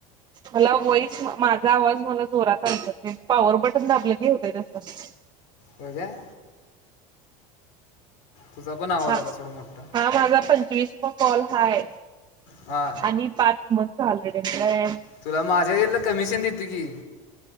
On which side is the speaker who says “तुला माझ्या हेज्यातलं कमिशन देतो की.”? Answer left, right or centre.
Left